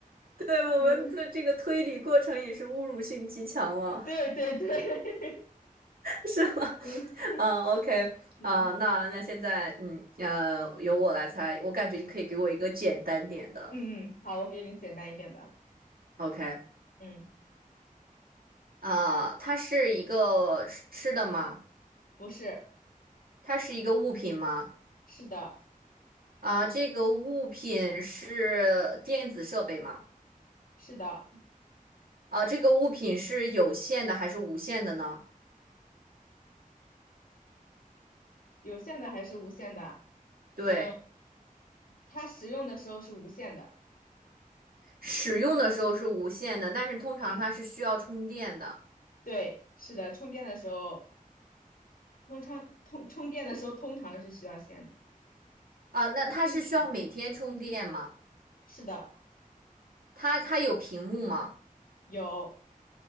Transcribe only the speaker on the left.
嗯，对对对，
<laughs> 嗯，
嗯
嗯嗯，好，我给你简单一点的。
嗯，
不是，
是的，
是的，
有线的还是无线的？
嗯，它使用的时候是无线的。
嗯，对，是的，充电的时候，通常通充电的时候通常是需要线的，
通常是的，
有，